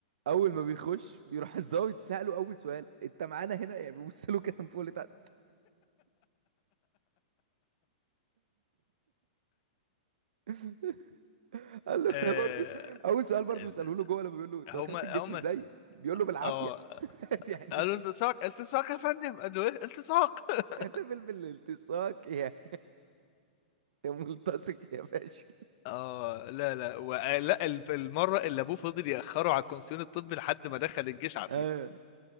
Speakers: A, on the right; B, on the left.
A: اول ما بيخش بيروح الضابط ساله اول سؤال انت معانا هنا يعني بيبص له كده من فوق لتحت <laughs> قال له
B: آه،
A: انا برضو اول سؤال برضو
B: ال-
A: بيساله له جوه لما بيقول له انت
B: هما
A: دخلت الجيش
B: هما
A: ازاي
B: س-
A: بيقول له بالعافيه
B: اه
A: <laughs> يعني
B: قالوا
A: انت
B: التصاق التصاق يا فندم قال له ايه التصاق <laughs>
A: تحتفل بالالتصاق يا يا ملتصق يا فاشل
B: اه لا لا و... لا ال- المره اللي ابوه فضل ياخره على الكومسيون الطبي لحد ما دخل الجيش عافيه
A: آه.